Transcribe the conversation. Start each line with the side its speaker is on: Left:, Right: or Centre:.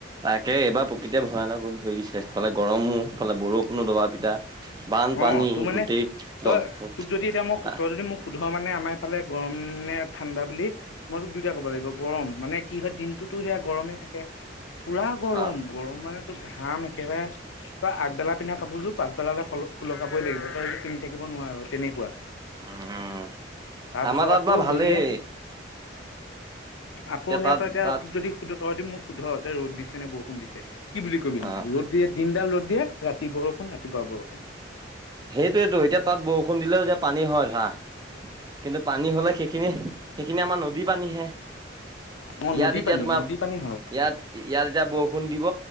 Right: তাকে এইবাৰ প্ৰকৃতিয়ে ভয়ানক ৰূপ ধৰিছে ইফালে গৰমো ইফালে বৰষুণো দবা পিটা বানপানী
Left: অ', তোৰ মানে
Right: গোটেই
Left: তই
Right: দল
Left: তোক যদি এতিয়া মোক
Right: আহ
Left: তই যদি মোক শুধ মানে আমাৰ ইফালে গৰম নে ঠাণ্ডা বুলি মইতোক দুয়োটাই ক'ব লাগিব গৰম মানে কি হয় দিনটোতো সেয়া গৰমেই থাকে পুৰা গৰম
Right: আহ
Left: গৰম মানে ত ঘাম একেবাৰে ত আগবেলা পিন্ধা কাপোৰযোৰ পাছবেলালৈ সুলকাবই লাগিব পিন্ধি থাকিব নোৱাৰো তেনেকুৱা
Right: উম।
Left: তাৰপিছত
Right: আমাৰ তাত
Left: আকৌ
Right: বাৰু ভালেই
Left: সেয়ে আকৌ সেয়া
Right: তাত
Left: তই এতিয়া
Right: তাত
Left: তোক যদি সুধ তইদি মোক সোধ যে ৰ'দ দিছে নে বৰষুণ দিছে কি বুলি কবি
Right: আহ
Left: ৰদেয়ে দিনডাল ৰদ দিয়ে ৰাতি বৰষুণ ৰাতিপুৱা বৰষুণ
Right: সেইটোয়েতো এতিয়া তাত বৰষুণ দিলেও যেতিয়া পানী হয় ধৰা কিন্তু পানী হ'লে সেইখিনি সেইখিনি আমাৰ নদী পানীহে
Left: অ
Right: ইয়াত
Left: নদী
Right: এতিয়া
Left: পানী
Right: তোমাৰ
Left: নদী পানী হয়
Right: ইয়াত, ইয়াত এতিয়া বৰষুণ দিব